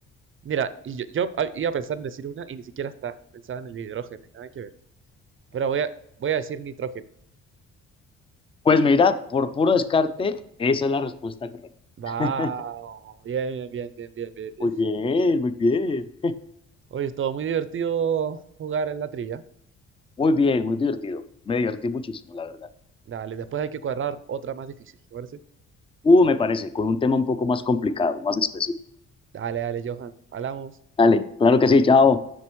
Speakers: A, on the right; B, on the left.
A: Mira, y yo, yo a- iba a pensar en decir una y ni siquiera está. Pensaba en el hidrógeno y nada que ver. Pero voy a, voy a decir nitrógeno.
B: Pues mira, por puro descarte, esa es la respuesta correcta.
A: Wow,
B: <laughs>
A: bien, bien, bien, bien, bien. bien.
B: Muy bien, muy bien.
A: Oye, estuvo muy divertido jugar en la trilla.
B: Muy bien, muy divertido. Me divertí muchísimo, la verdad.
A: Dale, después hay que cuadrar otra más difícil, ¿te parece?
B: Uh, me parece, con un tema un poco más complicado, más específico.
A: Dale, dale, Johan. Hablamos.
B: Dale, claro que sí, chao.